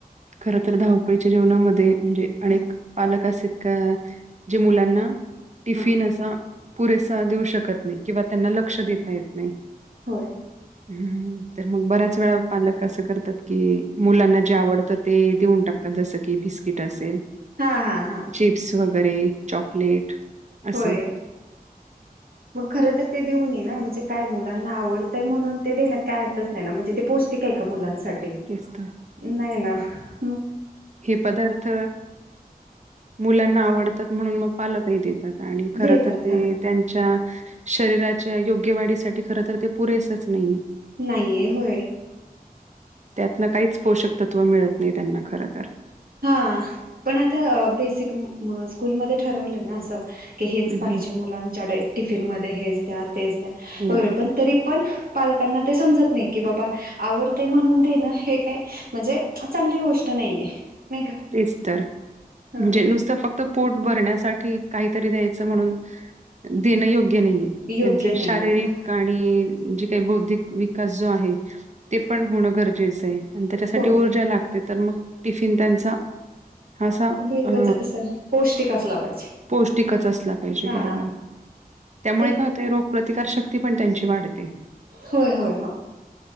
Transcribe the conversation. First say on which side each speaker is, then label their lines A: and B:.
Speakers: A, on the right; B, on the right.
A: खर तर धावपळीच्या जेवणामध्ये म्हणजे अनेक
B: ह
A: पालक अस जे मुलांना टिफिन
B: ह
A: असा पुरेसा देऊ शकत नाही किंवा त्यांना लक्ष देता येत नाही
B: होय
A: ह् तर मग बऱ्याच वेळा पालक असं करतात की मुलांना जे आवडतात ते देऊन टाकतात जसं की बिस्किट असेल
B: हा हा हा
A: चिप्स वगैरे चॉकलेट असं.
B: होय मग खर तर ते देऊन ये ना म्हणजे काय मुलांना आवडतंय म्हणून ते देण्यात काय अर्थच नाही ना म्हणजे ते पौष्टिक आहे का मुलांसाठी
A: तेच तर.
B: नाही ना म
A: हे पदार्थ मुलांना आवडतात म्हणून मग पालकही देतात आणि खर
B: देतात
A: तर ते
B: हा
A: त्यांच्या शरीराच्या योग्य वाढीसाठी खर तर ते पुरेसच नाहीये
B: नाहीय हो
A: त्यातन काहीच पोषक तत्त्व मिळत नाही त्यांना खर तर
B: हा पण आता बेसिक स्कूलमध्ये ठरवलं ना अस की हेच
A: हं,
B: पाहिजे
A: हं.
B: मुलांच्या टिफिनमध्येध्ये हेच द्या तेच द्या
A: हो.
B: वगैरे पण तरी पण पालकांना ते समजत नाही की बाबा आवडते म्हणून देण हे काय म्हणजे चांगली गोष्ट नाहीये नाही का
A: तेच तर
B: हा
A: म्हणजे नुसतं फक्त ोट भरण्यासाठी काहीतरी द्याय म्हणूनण यो्य नाही
B: योग्य
A: त्यां
B: नाहीये
A: शारीरिक
B: हा
A: आणि जे काही बौधिक विकास जो आहे ते पण होणं गरजेचं आहे आणि त्याच्यासाठी
B: होय
A: ऊर्जा लागते तर मग टिफिन त्यां हाा
B: भरगच
A: अ
B: असं पौष्टिक असला पाहिजे
A: पौष्टिकच असला
B: हा
A: बरो त्यामुळे
B: ते
A: कायोग प्रतार ती पण त्यांची वाढते
B: होय होय हो